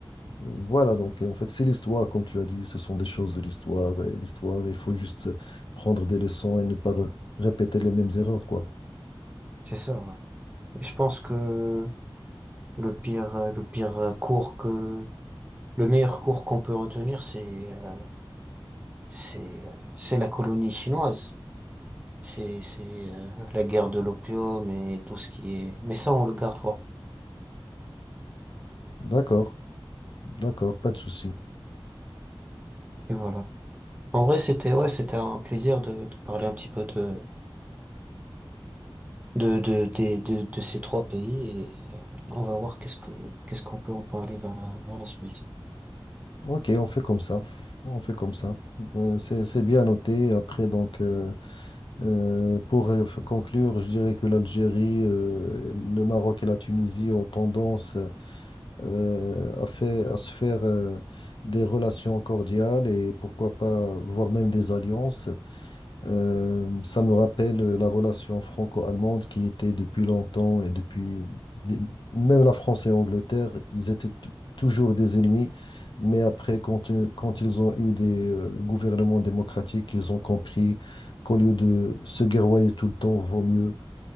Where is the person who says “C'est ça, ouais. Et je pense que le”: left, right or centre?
Right